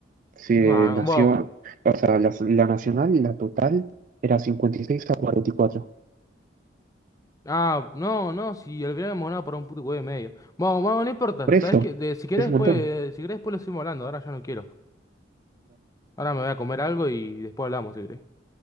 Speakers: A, on the right; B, on the left.
A: sí,
B: Bueno,
A: eh, Nación.
B: bueno,
A: O sea, la, la Nacional, la total, era 56 a 44.
B: Ah, no, no, si al final hemos ganado por un puto huevo y medio. Vamos, vamos, no importa.
A: Por
B: ¿Sabes
A: eso,
B: qué? De- si querés
A: es
B: después,
A: un montón.
B: eh, si querés después lo seguimos hablando, ahora ya no quiero. Ahora me voy a comer algo y después hablamos, si querés.